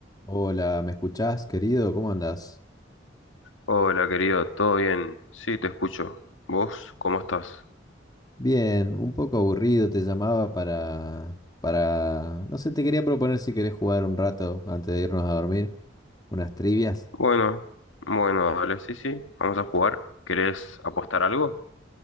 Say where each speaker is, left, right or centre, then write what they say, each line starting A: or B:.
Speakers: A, on the left; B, on the left.
A: Hola, ¿me escuchás, querido? ¿Cómo andás?
B: Hola, querido, ¿todo bien? Sí, te escucho. ¿Vos cómo estás?
A: Bien, un poco aburrido, te llamaba para, para, no sé, te quería proponer si querés jugar un rato antes de irnos a dormir, unas trivias.
B: Bueno, bueno, dale, sí, sí, vamos a jugar. ¿Querés apostar algo?